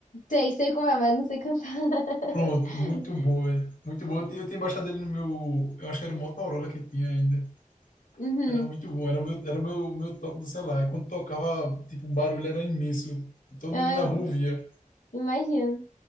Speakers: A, on the left (about 60°); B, on the left (about 80°).
A: Sei, sei como é, mas não sei cantar. <laughs>
B: Pronto, muito boa, velho. muito boa. Eu tinha eu tinha baixado ele no meu, eu acho que era o Motorola que tinha ainda.
A: Uhum.
B: Era muito bom, era o meu, era o meu, meu toque do celular. E Quando tocava, tipo, o barulho era imenso. Todo
A: Ah,
B: mundo na rua via.
A: imagino.